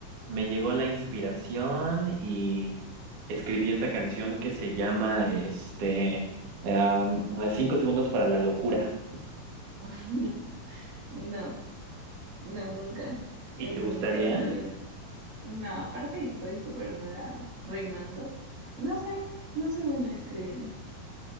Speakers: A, on the right; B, on the right.
A: me llegó la inspiración y escribí esta canción que se llama este am, Cinco segundos para la locura.
B: <laughs> No, no, nunca en
A: ¿Y te gustaría?
B: mi corta vida. No, aparte de que soy súper mala rimando, no sé, no soy buena escribiendo.